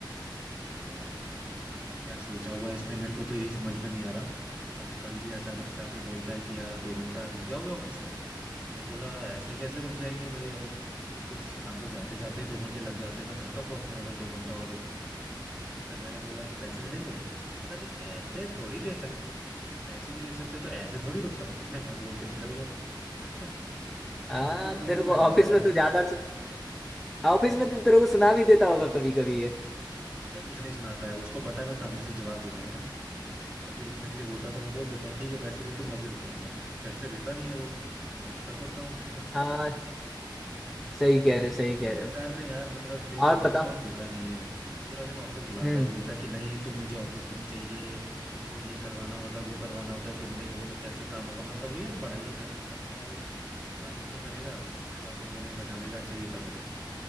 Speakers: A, on the right; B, in the centre.
A: वो तो है यार पता नहीं क्या क्या सोचा हुआ है इसने मेरे को तो यही समझ में नहीं आ रहा अभी कल भी अचानक से आके बोलता है कि यार दो घंटा रुक जाओगे ऑफिस में मैंने बोला ऐसे कैसे रुक जाएंगे भाई अब हमको शाम को जाते जाते ही दो घंटे लग जाते हैं, मैं घर का पहुंचूंगा अगर दो घंटा और रुक गया तो तो फिर मैंने बोला कि पैसे मिलेंगे पता नहीं पैसे थोड़ी दे सकते हैं। कि पैसे नहीं दे सकते तो ऐसे थोड़ी रुक सकते हैं <laughs> मैं बोल के निकल गया <laughs>
B: आ
A: फालतू में
B: तेरे
A: क्यों
B: को
A: बैठूंगा
B: ऑफिस
A: यार
B: में तो ज्यादा सु... ऑफिस में तो तेरे को सुना भी देता होगा कभी कभी ये
A: अरे कुछ नहीं सुनाता है उसको पता है मैं सामने से जवाब देता हूँ ना जब भी रुकने के लिए बोलता है तो मैं बोल देता हूँ ठीक है पैसे दे दो मैं भी रुक रहा हूँ यहाँ पे <laughs> पैसे देता नहीं है वो फिर मैं निकल पड़ता हूँ सीधा
B: हाँ सही कह रहे हो सही कह
A: क्यों
B: रहे
A: बेकार
B: हो
A: में यार मतलब देखो
B: और
A: वर्क
B: बताओ
A: फ्रॉम देता नहीं है पूरा दिन ऑफिस बुलाता
B: हम्म
A: है बोलता है कि नहीं तुम मुझे ऑफिस में ही चाहिए तुमसे ये करवाना होता है वो करवाना होता है तुम नहीं होगे तो कैसे काम होगा मतलब वही है ना बड़ाई कर, करता है वो तारीफें करेगा फिर बाद में कोने में बैठा देगा अच्छा ये करके दे दो